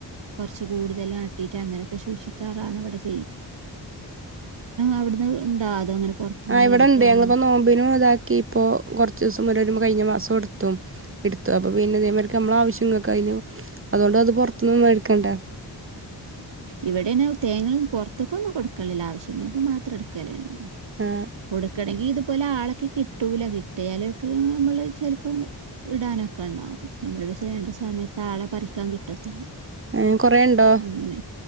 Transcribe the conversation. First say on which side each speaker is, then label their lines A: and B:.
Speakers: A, on the right; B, on the right.
A: കൊറച്ചു കൂടുതല് ആണ് അങ്ങനൊക്കെ ഷൂഷികാറാണ് പടിപ്പിച്ചേ അവിടുന്ന് ഉണ്ടോ അതോ അങ്ങനെ പുറത്തുന്ന്
B: ആ ഇവ്ടെണ്ട്
A: മേടിക്കലാണ്
B: ഞങ്ങ്ളിപ്പം നോമ്പിനുതാക്കീപ്പം കൊറച്ചുദിവസം ഒരു - കയിഞ്ഞമാസോടുത്തു അപ്പപ്പിന്നെ നമ്മടെ ആവശ്യങ്ങൾ കഴിഞ്ഞു അതോണ്ട് അത് പൊറത്തൂന്നൊന്ന് വെടിക്കേണ്ട
A: ഇവിടേന് തേങ്ങ പൊറത്തെക്കൊന്നും കൊടുക്കക്കില്ല ആവശ്യങ്ങൾക്കു മാത്രെടുക്കലേന്നെ
B: ആ
A: കൊടുക്കണെങ്കിൽ ഇതുപോലാള്- കിട്ടൂല കിട്ടിയാലും ചെലപ്പം ഇടാനൊക്കേണ്ടാവും നമ്മള് പക്ഷെ സമയത്താളെ പറിക്കാൻ കിട്ടത്തില്ല
B: ഏ കൊറേയുണ്ടോ?
A: അങ്ങനെ